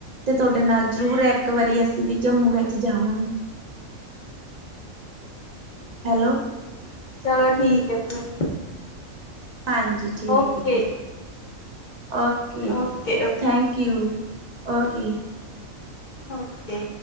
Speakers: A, on the right; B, on the left.
A: ਤੇ ਤੁਹਾਡੇ ਨਾਲ ਜ਼ਰੂਰ ਇੱਕ ਵਾਰੀ ਅਸੀਂ ਵੀ ਜੰਮੂ ਵਿੱਚ ਜਾਵਾਂਗੇ। ਹੈਲੋ
B: ਚਲੋ ਠੀਕ ਏ ਫਿਰ
A: ਹਾਂਜੀ, ਠੀਕ
B: okay
A: ਹੈ ਫਿਰ, okay
B: okay okay
A: thank you. Okay
B: okay